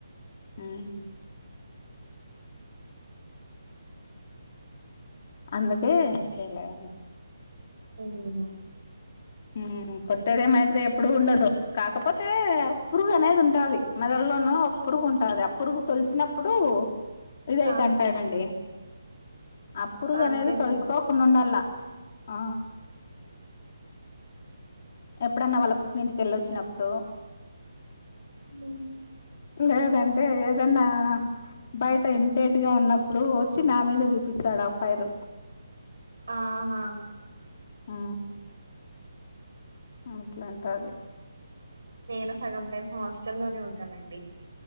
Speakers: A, on the left (about 40°); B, on the right (about 75°).
A: హ్మ్ అందుకే చేయలేదని
B: అవున
A: మ్ కొట్టేదేమైతే ఎప్పుడు ఉండదు కాకపోతే పురుగు అనేది ఉంటాది మెదలోనూ ఒక పురుగు ఉంటాది ఆ పురుగు తొలిసినప్పుడు ఇదైతే
B: ఆ
A: అంటాడండి ఆ పురుగు
B: అంతేనండి.
A: అనేది తలుసుకో ండాల ఆ
B: అ
A: ఎప్పుడన్నా వాళ్ళ పుట్టినంటికెళ్ళొచ్చినప్పుడు
B: ఉ
A: లేదంటే ఏదన్నా బయట ఇంటేట్గా ఉన్నప్పుడు వచ్చి నా మీద చూపిస్తాడు ఆ ఫైర్
B: ఆహా
A: ఆ ఇట్లాంటాది
B: నేను సగం టైం హాస్టల్ లోనే ఉంటానండి